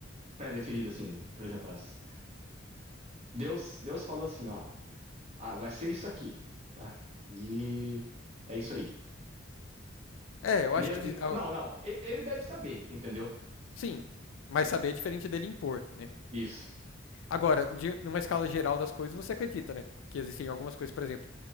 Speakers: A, on the right; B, on the left.
A: pré-decidido, assim, por exemplo, as- Deus, Deus falou assim, ó, ah, vai ser isso aqui, tá? E é isso aí.
B: É, eu
A: Me-
B: acho que. de- ah,
A: Não, não. e- Ele deve saber, entendeu?
B: Sim. Mas saber é diferente dele impor, né?
A: Isso.
B: Agora, de, numa escala geral das coisas, você acredita, né? Que existem algumas coisas, por exemplo.